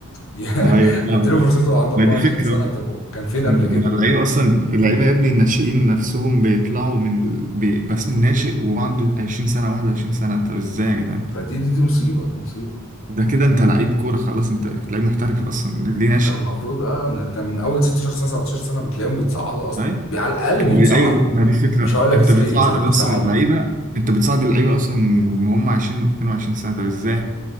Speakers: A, on the left; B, on the right.
A: <laughs> يا-
B: ايوه فاهمك
A: هديله فرصته وهو عنده 24
B: ما دي فكرة بقى
A: سنه طب هو كان فين
B: ما
A: قبل كده
B: اللعيبة أصلا اللعيبة يا ابني الناشئين نفسهم بيطلعوا من ال- بي- بس اسمه ناشئ وعنده 20 سنة 21 سنة أنت إزاي يا جدعان؟
A: فدي دي دي مصيبه دي مصيبه
B: ده كده أنت لعيب كورة خلاص أنت لعيب محترف أصلا ليه ناشئ؟
A: انت المفروض اه انت من اول 16 سنه 17 سنه بتلاقيهم بيتصعدوا اصلا
B: أيوة
A: بي- على الاقل بيتصعدوا
B: ما هي أيوة ما دي فكرة
A: مش هقول لك
B: أنت
A: يا سيدي
B: بتصعد
A: ينزلوا بيتصعدوا
B: أصلا اللعيبة أنت بتصعد اللعيبة أصلا وهم 20 22 سنة طب إزاي؟